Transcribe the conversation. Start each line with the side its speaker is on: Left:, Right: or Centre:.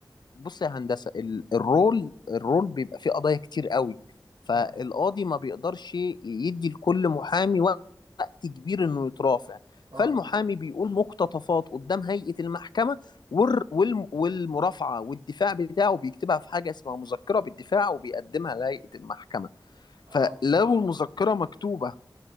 Left: بص يا هندسة ال- الرول الرول بيبقى فيه قضايا كتير قوي فالقاضي
Right: اه
Left: ما بيقدرش يدي لكل محامي وقت كبير انه يترافع
Right: اه
Left: فالمحامي بيقول مقتطفات قدام هيئة المحكمة والر- والم- والمرافعة والدفاع بتاعه بيكتبها في حاجة اسمها مذكرة بالدفاع وبيقدمها لهيئة المحكمة فلو
Right: اه
Left: المذكرة مكتوبة